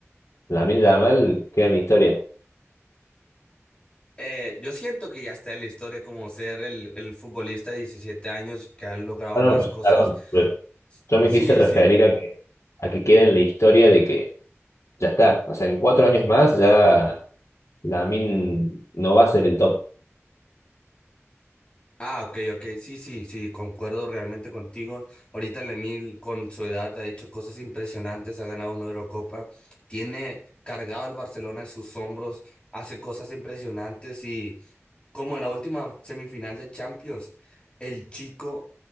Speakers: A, on the left; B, on the left.
A: Lamine Yamal queda en la historia.
B: Eh, yo siento que ya está en la historia como ser el, el futbolista de 17 años que ha logrado
A: Ah,
B: más
A: no, no,
B: cosas.
A: perdón. Yo me
B: Sí,
A: quise referir
B: sí.
A: a que, a que quede en la historia de que ya está. O sea, en cuatro años más ya min no va a ser el top.
B: Ah, ok, ok, sí, sí, sí, concuerdo realmente contigo. Ahorita Lemil con su edad ha hecho cosas impresionantes, ha ganado una Eurocopa, tiene cargado el Barcelona en sus hombros, hace cosas impresionantes y como en la última semifinal de Champions, el chico